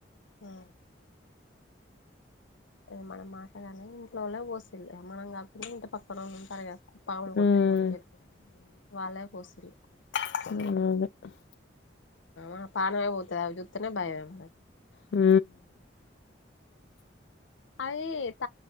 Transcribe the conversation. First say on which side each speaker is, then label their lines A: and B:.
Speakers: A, on the left; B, on the left.
A: ఆ ఇది మనం మాటగానే ఇంట్లో పోసిళ్ మనం కాకుండ ఇంటి పక్కనోళు ఉంటారుగ పామూలు పటెట్టోలు
B: ఉమ్
A: వాళ్ళే <unintelligible>
B: అ <unintelligible>
A: ఆ పానమే పోతు అవి జుత్తనే భయం
B: హు
A: అవి <unintelligible>